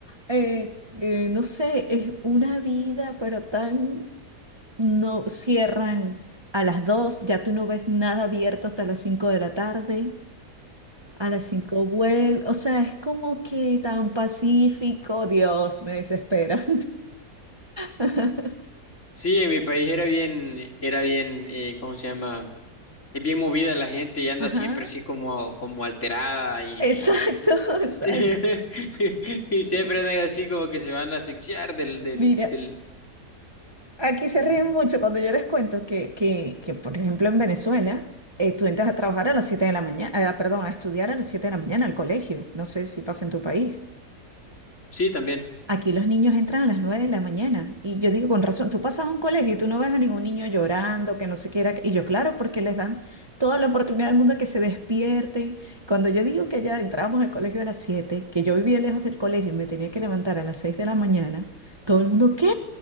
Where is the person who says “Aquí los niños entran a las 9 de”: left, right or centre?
Right